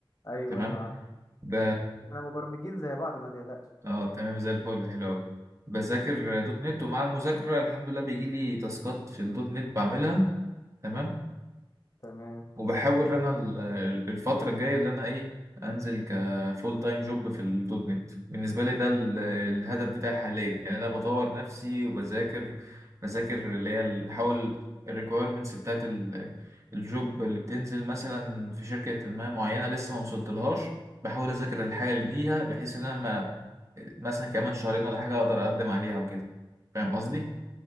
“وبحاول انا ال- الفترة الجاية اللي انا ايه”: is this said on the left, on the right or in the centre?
Right